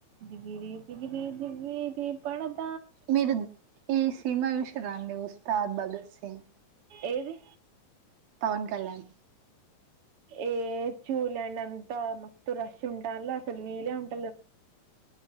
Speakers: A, on the right; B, on the right.
A: జిగిరి జిగిరి జిగిరి పదథ
B: మీరు ఈ సినిమా చుసింద్ర ఉస్తాద్ భగత్ సింగ్
A: ఏది
B: పవన్ కళ్యాణ్
A: ఏ చూలే అంతా మస్తు రష్ ఉంటలు అసలు వీలే ఉంటా